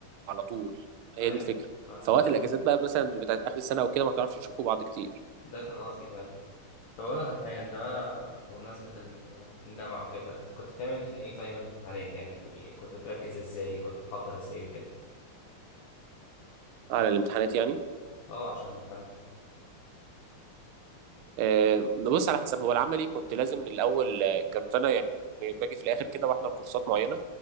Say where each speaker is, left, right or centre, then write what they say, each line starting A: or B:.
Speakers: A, on the right (about 80°); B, on the left (about 85°).
A: على طول هي
B: ايوه
A: دي الفكره
B: ما
A: فوقت
B: ده
A: الاجازات بقى مثلا بتاعت اخر السنه او كده ما بتعرفش تشوفوا بعض كتير
B: ده كان قصدي كمان طب اقول لك على حاجة انت بقى بمناسبة ال- الجامعة وكده انت كنت بتعمل ايه في ايام الامتحانات يعني كنت بتركز ازاي كنت بتحضر ازاي وكده
A: على الامتحانات يعني
B: اه عشان الامتحانات
A: آه، بص على حسب هو العملي كنت لازم من الاول آه، كنت انا يعني باجي في الاخر كده بحضر كورسات معينه